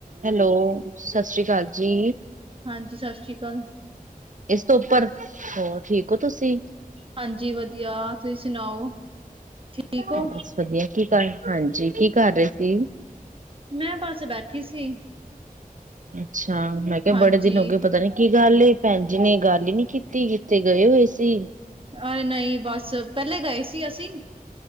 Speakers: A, on the right; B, on the right.
A: Hello, ਸਤਿ ਸ਼੍ਰੀ ਅਕਾਲ ਜੀ।
B: ਹਾਂਜੀ, ਸਤਿ ਸ਼੍ਰੀ ਅਕਾਲ।
A: ਇਸ ਤੋਂ ਉੱਪਰ ਹੋਰ ਠੀਕ ਹੋ ਤੁਸੀਂ?
B: ਹਾਂਜੀ, ਵਧੀਆ, ਤੁਸੀਂ ਸੁਣਾਓ, ਠੀਕ ਹੋ?
A: ਬਸ ਵਧੀਆ, ਕੀ ਗੱਲ ਹਾਂਜੀ, ਕੀ ਕਰ ਰਹੇ ਸੀ?
B: ਮੈਂ ਬਸ ਬੈਠੀ ਸੀ।
A: ਅੱਛਾ, ਮੈਂ ਕਿਹਾ
B: ਹਾਂਜੀ,
A: ਬੜੇ ਦਿਨ ਹੋ ਗਏ, ਪਤਾ ਨਹੀਂ ਕੀ ਗੱਲ ਏ, ਭੈਣ ਜੀ ਨੇ ਗੱਲ ਹੀ ਨਹੀਂ ਕੀਤੀ। ਕਿੱਥੇ ਗਏ ਹੋਏ ਸੀ?
B: ਅਰੇ ਨਹੀਂ ਬਸ ਪਹਿਲੇ ਗਏ ਸੀ, ਅਸੀਂ